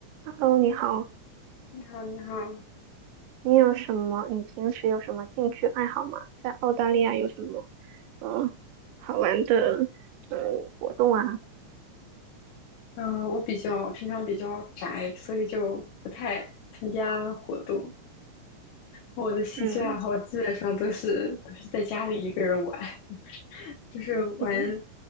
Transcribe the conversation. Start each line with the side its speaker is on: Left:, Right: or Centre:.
Right: Hello，你好，
Left: 你好，你好，
Right: 你有什么？你平时有什么兴趣爱好吗？在澳大利亚有什么嗯好玩的嗯活动啊？
Left: 嗯，我比较平常比较宅，所以就不太参加活动。我的兴趣爱好基本上都是都是在家里一个人玩，
Right: 嗯
Left: <laughs> 就是玩
Right: 嗯，